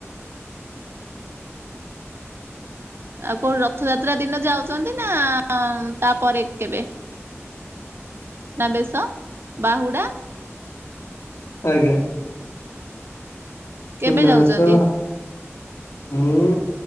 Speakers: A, on the right; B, on the left.
A: ଆଉ କୋଉ ରଥଯାତ୍ରା ଦିନ ଯାଉଛନ୍ତି ନା ତାପରେ କେବେ? ସୁନାବେଶ ବାହୁଡା
B: ଆଜ୍ଞା।
A: କେବେ
B: ସୁନାବେସ
A: ଯାଉଛନ୍ତି?
B: ମୁଁ